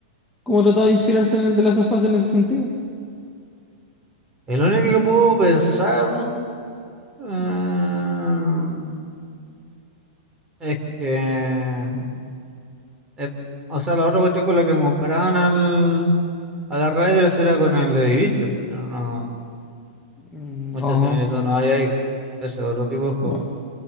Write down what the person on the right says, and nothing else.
El único que puedo pensar eh, es que Eh, o sea, los otros cuestión con la que comparaban al, a las Riders era con el de Division, pero no,
mucha
similitud no hay ahí. Ese otro tipo de juego.